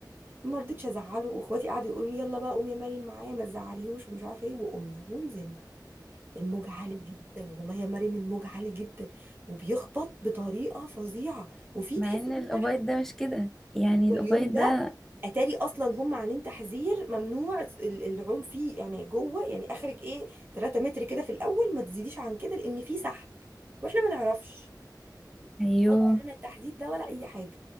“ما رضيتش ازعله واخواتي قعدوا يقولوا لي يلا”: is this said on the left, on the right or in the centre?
Right